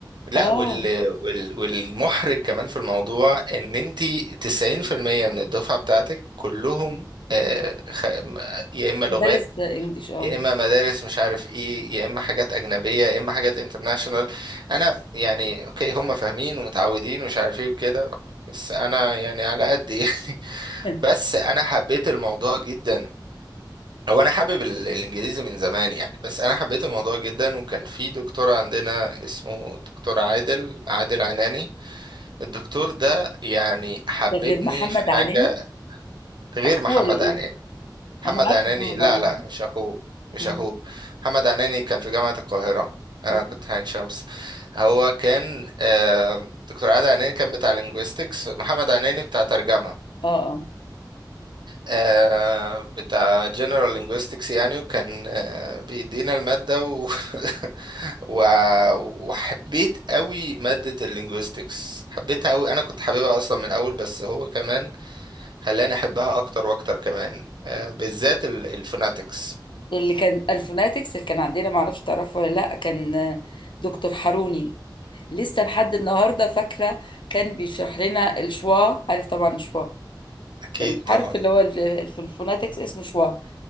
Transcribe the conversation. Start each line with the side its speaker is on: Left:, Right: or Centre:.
Right: لا
Left: اه
Right: وال... وال... والمحرج كمان في الموضوع ان انتي 90% من الدفعة بتاعتك كلهم آه، خ... يا اما لغات
Left: مدرس انجليش اه
Right: يا اما مدارس مش عارف ايه يا اما حاجات اجنبيه يا اما حاجات انترناشونال انا يعني اوكي هم فاهمين ومتعودين ومش عارف ايه وكده بس انا يعني على قد يعني <laughs>
Left: <laughs>
Right: بس انا حبيت الموضوع جدا هو انا حابب ال- الانجليزي من زمان يعني بس انا حبيت الموضوع جدا وكان في دكتور عندنا اسمه دكتور عادل عادل عناني الدكتور ده يعني حببني
Left: ده غير محمد
Right: في حاجه
Left: عنالي
Right: غير
Left: اخوه
Right: محمد
Left: ولا ايه
Right: عناني محمد
Left: انا عارفه
Right: عناني
Left: محمد
Right: لا
Left: عنالي
Right: لا مش اخوه مش
Left: مم.
Right: اخوه محمد عناني كان في جامعة القاهرة انا
Left: مم.
Right: كنت في عين شمس هو كان آه، دكتور عادل عناني كان بتاع لينجويستكس محمد عناني بتاع ترجمة
Left: اه اه
Right: آه، بتاع جنرال لينجويستكس يعني وكان آه، بيدينا المادة و... <laughs> و... وحبيت قوي مادة اللينجويستكس حبيتها قوي انا كنت حاببها اصلا من الاول بس هو كمان خلاني احبها اكتر واكتر كمان آه، بالذات الفوناتكس
Left: اللي كان الفوناتكس اللي كان عندنا معرفش تعرفه ولا لا كان آه، دكتور حاروني لسه لحد النهارده فاكره كان بيشرح لنا الشوا عارف طبعا الشوا
Right: اكيد
Left: الحرف
Right: طبعا
Left: اللي هو ال- ال- في الفوناتكس اسمه شوا آه,